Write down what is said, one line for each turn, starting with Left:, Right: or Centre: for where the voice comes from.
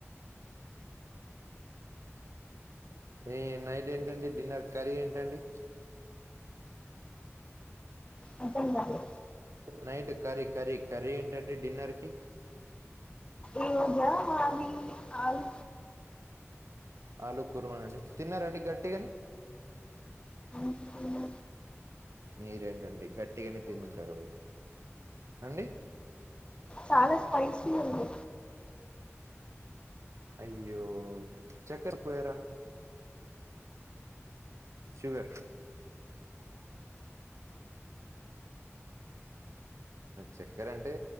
Right: ఈ నైట్ ఏంటండి డిన్నర్ కర్రీ ఏంటండి
Left: అర్థం కాలే
Right: నైట్ కర్రీ కర్రీ కర్రీ ఏంటండి డిన్నర్కి
Left: ఏజాది ఆవి
Right: ఆలు కూరమనండి తిన్నారాండి గట్టిగాని
Left: ఉవాళ్ళు
Right: నీరేంటండి గట్టిగానే తినింటారు అండి
Left: చాాలా స్పైసి ఉంది
Right: అయ్యో చక్కర్ పోయరా షుగర్ చక్కర అంటే